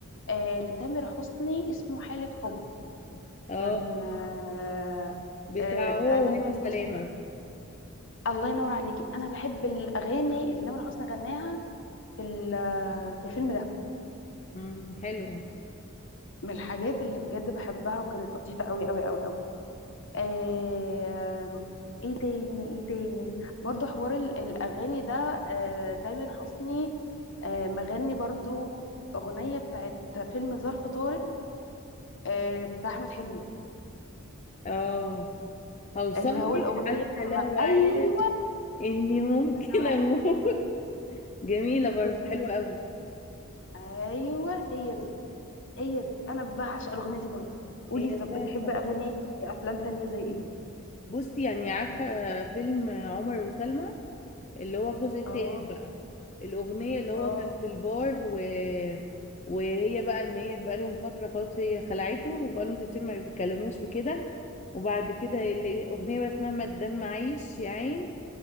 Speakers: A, on the left (about 60°); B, on the left (about 30°).
A: آه لتامر حسني اسمه حالة حب
B: اه
A: كان آه
B: بتاع
A: آه
B: هو
A: تقريبا
B: وهاني
A: تامر
B: سلامة
A: حسني الله ينور عليكي انا بحب الاغاني اللي تامر حسني غناها في ال- في الفيلم ده
B: امم حلوة
A: من الحاجات اللي بجد بحبها وكانت لطيفة قوي قوي قوي قوي آه ايه تاني ايه تاني برضو حوار ال- الاغاني ده آه تامر حسني آه مغني برضو اغنيه بتاعت فيلم ظرف طارق آه بتاع احمد حلمي
B: اه هوصل
A: اللي
B: لك
A: هو الاغنيه
B: حتى
A: اما
B: لو عارف
A: ايوه
B: إني ممكن
A: نور
B: أموت
A: عليك
B: <laughs> جميلة برضه
A: بالظبط
B: حلوة أوي
A: ايوه هي دي هي دي انا بعشق الاغنيه دي برضو قولي
B: هي
A: لي، طب
B: فعلا
A: بتحب اغاني إيه؟ افلام تانية زي ايه
B: بصي يعني عارفة فيلم عمر وسلمى اللي هو الجزء التالت
A: اه
B: بقى الأغنية اللي هو
A: اه
B: كان في البار و... وهي بقى إن هي بقالهم فترة خلاص هي خلعته وبقالهم كتير ما بيتكلموش وكده وبعد كده اللي- أغنية بقى اسمها ما الدم عايش يا عين